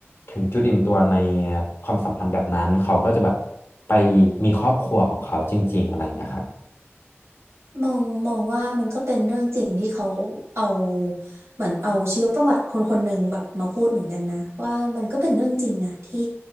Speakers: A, on the left; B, on the right.
A: ถึงจุดอิ่มตัวในความสัมพันธ์แบบนั้นเขาก็จะแบบไปมีครอบครัวของเขาจริงๆอะไรอย่างเงี้ยครับ
B: มองมองว่ามันก็เป็นเรื่องจริงที่เขาเอาเหมือนเอาชีวประวัติคนคนหนึ่งแบบมาพูดเหมือนกันนะว่ามันก็เป็นเรื่องจริงนะที่